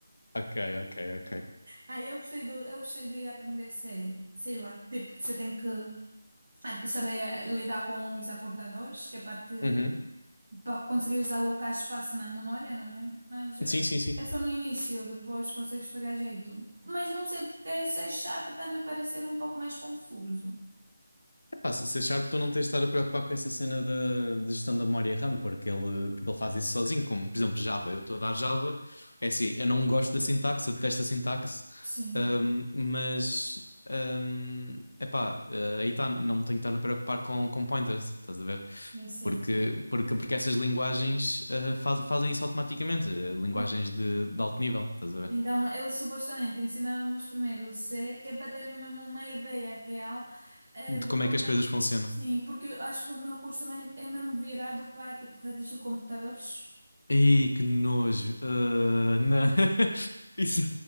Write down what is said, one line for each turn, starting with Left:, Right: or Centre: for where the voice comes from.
Left: Ok, ok, ok.
Right: Aí eu gostei do, eu gostei de aprender C, sei lá, tipo, você tem que ah, saber lidar com os apontadores, que é para te
Left: Uhum.
Right: para conseguires alocar espaço na memória, não é? Mas eh,
Left: Sim, sim, sim.
Right: é só no início, depois consegues pegar jeito. Mas não sei porque esse Sharp também pareceu um pouco mais confuso.
Left: Ah, se se achar tu não tens de estar a preocupar com essa cena da de gestão da memória RAM, porque ele, porque ele faz isso sozinho, como por exemplo Java. Eu estou a dar Java, é assim, eu não gosto da sintaxe, eu detesto a sintaxe,
Right: Sim,
Left: ahm, mas ahm, epá, ah, aí está, não tenho que estar a preocupar com, com pointers, estás a ver?
Right: eu sei.
Left: Porque, porque, porque essas linguagens ah, faz- fazem isso automaticamente, ah, linguagens
Right: Bom,
Left: de, de alto nível, estás a ver?
Right: então eles supostamente ensinaram-nos primeiro o C, que é para ter mesmo uma ideia real eh,
Left: De
Right: de
Left: como
Right: como
Left: é que as
Right: é
Left: coisas
Right: que.
Left: funcionam.
Right: Sim, porque eu acho que o meu curso é, mais, é mesmo virado para tipo redes de computadores. <laughs>
Left: Ih, que nojo. Ah, não. <laughs> Isso...